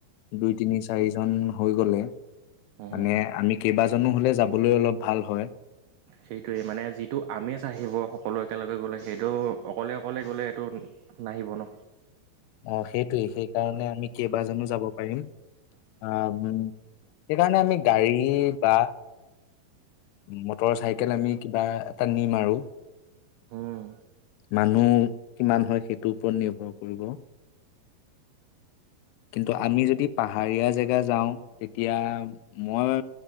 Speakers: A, on the left; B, on the right.
A: দুই তিনি চাৰিজন হৈ গলে।
B: উম,
A: মানে আমি কেইবাজনো হলে যাবলৈ অলপ। ভাল হয়।
B: সেইটোৱেই মানে যিটো আমেজ আহিব সকলো একেলগে গ'লে, সেইটো অকলে অকলে গ'লে এইেইটো নাহিব ন।
A: অ' সেইটোৱে সেইকাৰণে আমি কেইবাজনো যাব পাৰিম। আহ সেইকাৰণে আমি গাড়ী বা। মটৰ চাইকেল আমি কিবা এটা নি মাৰো
B: উম,
A: মানুহ কিমান হয় সেইটোৰ ওপৰত নিৰ্ভৰ কৰিব। কিন্তু আমি যদি পাহাৰীয়া জেগা যাওঁ, তেতিয়া মই